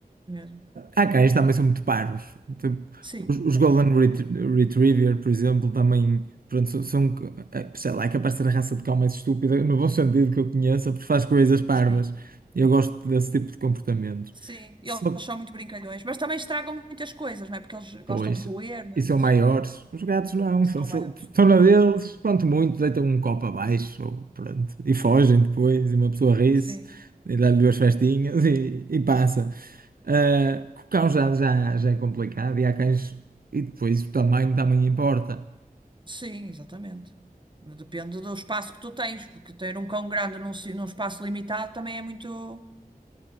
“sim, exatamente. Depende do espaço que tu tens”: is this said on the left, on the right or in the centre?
Right